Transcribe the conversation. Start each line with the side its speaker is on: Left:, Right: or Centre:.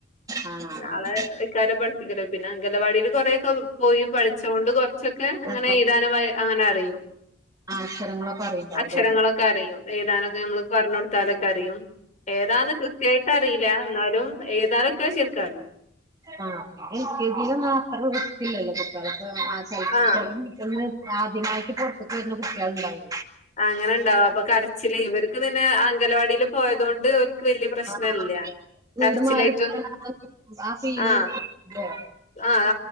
Right: ആഹ് ആഹ്
Left: നാളെ ക്കാരം പഠിപ്പിക്കല് പിന്നെ അങ്കലവാടിൽ കൊറേക്കെ പോയി പഠിച്ച കൊണ്ട് കുറച്ചൊക്കെ അങ്ങനെ
Right: ആഹ്
Left: എഴുതാനും വ അങ്ങനെ അറിയും
Right: വിവരങ്ങളൊക്കെ അറിണ്ടാവുല്ലേ
Left: അക്ഷരങ്ങളൊക്കെ അറിയും എയിതാനൊക്കെ നമ്മള് പറഞ്ഞ് കൊടുത്ത അതൊക്കെ അറിയും എയ്താനൊക്കെ കൃത്യ വായിട്ട് അറിയില്ല എന്ന ട്ടും ഏയുതാനൊക്കെ ശെർക്കറിയും
Right: ആഹ് എൽ കെ ജി യിലൊന്നും അത്ര റിസ്കില്ലല്ലോ കുട്ടികൾക്ക് <unintelligible>
Left: ആഹ്
Right: ആദ്യമായിട്ട് പുറത്തൊക്കെ വരുന്ന കുട്ടികൾ ഉണ്ടായി
Left: ആഹ് അങ്ങനണ്ടാവും അപ്പൊ കരച്ചില് ഇവർക്ക് പിന്നെ അങ്കന വാടിയിൽ പോയത് കൊണ്ട് ഒര് ർക്ക് വലിയ പ്രശ്നല്ല്യ
Right: ആ വീട്
Left: കരച്ചിലായിട്ടൊ
Right: മാറി നിക്കണ ആ ഫീല്
Left: ആഹ്
Right: <unintelligible>
Left: ആഹ്